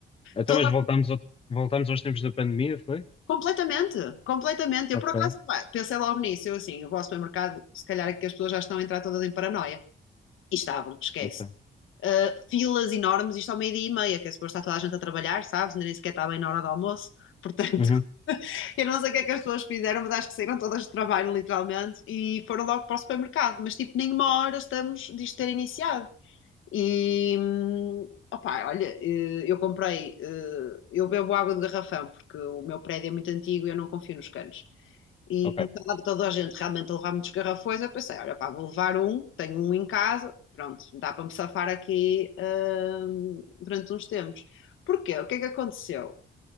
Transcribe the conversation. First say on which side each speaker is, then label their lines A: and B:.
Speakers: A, on the left; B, on the left.
A: Então,
B: Toda-
A: mas voltamos, ao- voltamos aos tempos da pandemia, foi?
B: completamente, completamente.
A: Ok,
B: Eu, por acaso, pá, pensei logo nisso. Eu, assim, eu vou ao supermercado, se calhar é que as pessoas já estão a entrar todas em paranoia. E estavam, esquece.
A: ok.
B: Uh, filas enormes, isto ao meio-dia e meia, que é suposto estar toda a gente a trabalhar, sabes? Ainda Nem sequer está bem na hora do almoço. Portanto,
A: Uhum,
B: <laughs> eu não sei o que é que as pessoas fizeram, mas acho que saíram todas do trabalho, literalmente, e foram logo para o supermercado. Mas, tipo, nem uma hora estamos disto ter iniciado. E opá, olha, eh, eu comprei, eh, eu bebo água de garrafão porque o meu prédio é muito antigo e eu não confio nos canos. E
A: ok,
B: como estava toda a gente realmente a levar muitos garrafões, eu pensei, olha, pá, vou levar um, tenho um em casa, pronto, dá para me safar aqui, hum, durante uns tempos. Porquê? O que é que aconteceu?